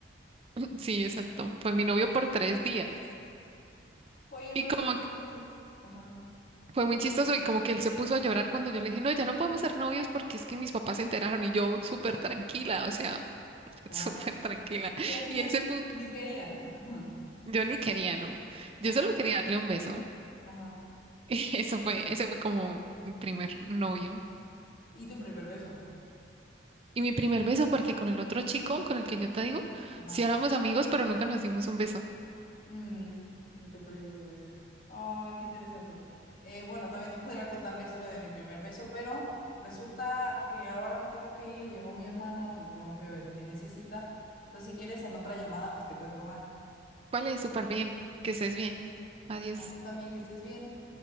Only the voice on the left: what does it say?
Oye,
pero
qué chistoso. Ajá. digo,
Ajá.
Sí, así
de
ni quería. <laughs>
Ajá.
Ajá.
Y tu primer beso.
Ajá.
Mm, y tu primer beso. Ay, qué interesante. Eh, bueno, también te podría contar la historia de mi primer beso, pero resulta que ahora me tengo que ir. Llegó mi hermano y tengo que ver qué necesita. Entonces, si quieres, en otra llamada, pues te cuento más.
No, tú también, que estés bien.